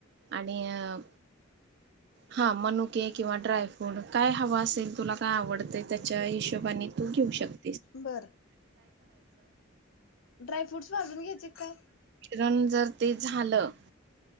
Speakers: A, on the right; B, on the left.
A: आणि अ हा मनुके किंवा ड्रायफूड काय हवा असेल तुला काय आवडतय त्याच्या हिशोबाने तू घेऊ शक.
B: बर, ड्राय फ्रूटस भाजून घ्यायचे काय?
A: किरण जर ते झालं